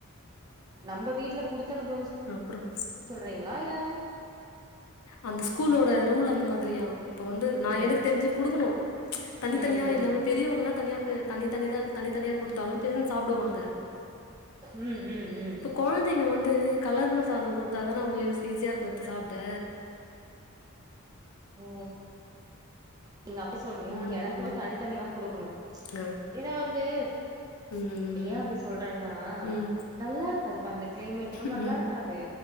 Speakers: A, on the right; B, on the left.
A: நம்ப வீட்டுல குடுத்தனுப்புறோம்னு
B: அப்புறம்
A: சொல்றீங்களா இல்ல
B: அந்த ஸ்கூலோட ரூல் அந்த மாதிரியா இப்ப வந்து நா
A: ம்
B: எனக்கு தெரிஞ்சு குடுக்கனு தனித்தனியா
A: ம் ம்
B: இல்லாம பெரியவங்கனா தனியா தனி தனி தா தனி தனியா குடுத்தாலு பெசஞ்சு சாப்டுவாங்க
A: ம் ம் ம்
B: கொழந்தைங்க வந்து கலர்ன சாத குடுத்தாதான அவுங்க ஈஸியா இருக்கு எடுத்து சாப் ட
A: ஓ நீங்க அப்டி சொல்றீங்க
B: ம்.
A: ஆன எனக்கு வந்து தனித்தனிதா குடுக்கணு
B: அ.
A: ஏன்னா வந்து
B: ம்.
A: ஏ அப்டி சொல்றேன்னா
B: ம்.
A: நல்லா இருக்காதுப்ப இந்த கிளைமேட்டு
B: ம்.
A: நல்லா இருக்காது